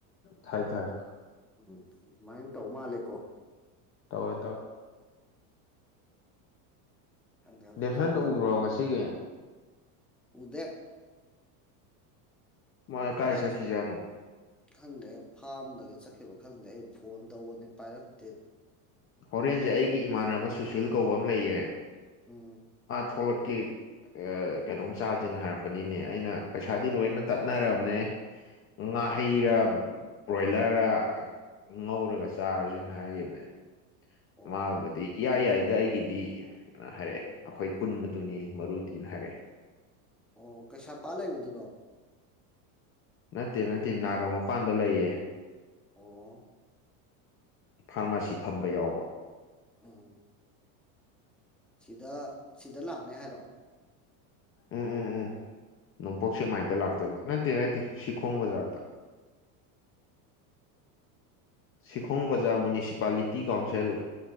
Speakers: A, on the left; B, in the centre.
A: ꯊꯥꯏ ꯊꯥꯏ
B: ꯎꯝ ꯑꯗꯨꯃꯥꯏꯅ ꯇꯧ ꯃꯥꯜꯂꯦꯀꯣ
A: ꯇꯧꯋꯏꯗ
B: ꯈꯪꯗꯦ ꯍꯧꯖꯤꯛꯀꯥꯟꯗꯤ
A: ꯗꯦꯐꯟ ꯎꯕ꯭ꯔꯣ ꯉꯁꯤꯒꯤ
B: ꯎꯗꯦꯛ
A: ꯃꯥ ꯀꯥꯏ ꯆ
B: ꯆꯠ
A: ꯈꯈꯤꯖꯅ
B: ꯈꯪꯗꯦ ꯐꯥꯔꯝꯗꯒ ꯆꯠꯈꯤꯕ ꯈꯪꯗꯦ ꯑꯩ ꯐꯣꯟ ꯇꯧꯕꯅꯤ ꯄꯥꯏꯔꯛꯇꯦ
A: ꯍꯣꯔꯦꯟꯁꯦ
B: ꯇꯨꯝꯃꯤ
A: ꯑꯩꯒꯤ ꯏꯃꯥꯟꯅꯕ ꯁꯨꯁꯤꯜ ꯀꯧꯕ ꯑꯃ ꯂꯩꯌꯦ
B: ꯎꯝ
A: ꯊꯜꯀꯤꯦ ꯀꯩꯅꯣꯝ ꯆꯥꯁꯦꯅ ꯍꯥꯏꯔꯛꯄꯅꯤꯅꯦ ꯑꯩꯅ ꯄꯩꯁꯥꯗꯤ ꯂꯣꯏꯅ ꯇꯠꯅꯔꯕꯅꯦ
B: ꯎꯝ
A: ꯉꯍꯤꯔ ꯕ꯭ꯔꯣꯏꯂꯔꯗ ꯉꯧꯔꯒ ꯆꯥꯔꯁꯅ ꯍꯥꯏꯈꯤꯕꯅꯦ
B: ꯑꯣ
A: ꯃꯥꯕꯗꯤ ꯏꯌꯥꯏ ꯌꯥꯏꯗ ꯑꯩꯒꯤꯗꯤ ꯀꯩꯅꯣ ꯍꯥꯏꯔꯛꯑꯦ
B: ꯎꯝ
A: ꯑꯩꯈꯣꯏ ꯄꯨꯟꯕ ꯑꯗꯨꯅꯤ ꯃꯔꯨ ꯇꯅ ꯍꯥꯏꯔꯦ
B: ꯑꯣ ꯀꯩꯁꯥꯝꯄꯥꯜ ꯂꯩꯕꯗꯨꯅꯣ
A: ꯅꯠꯇꯦ ꯅꯠꯇꯦ ꯅꯥꯒ ꯃꯄꯥꯟꯗ ꯂꯩꯌꯦ
B: ꯑꯣ
A: ꯐꯥꯔꯃꯥꯁꯤ ꯐꯝꯕ ꯌꯥꯎꯕ
B: ꯎꯝ ꯁꯤꯗ ꯁꯤꯗ ꯂꯥꯛꯅꯦ ꯍꯥꯏꯔꯣ
A: ꯎꯝ ꯎꯝ ꯎꯝ ꯅꯣꯡꯄꯣꯛ ꯁꯦꯃꯥꯏꯗ ꯂꯥꯛꯇꯣꯏꯕ ꯅꯠꯇꯦ ꯅꯠꯇꯦ ꯁꯤꯈꯣꯡ ꯕꯖꯥꯔꯗ
B: <inaudible>
A: ꯁꯤꯈꯣꯡ
B: ꯑꯣ
A: ꯕꯖꯥꯔ ꯃ꯭ꯌꯨꯅꯤꯁꯤꯄꯥꯂꯤꯇꯤ ꯀꯥꯎꯟꯁꯤꯜ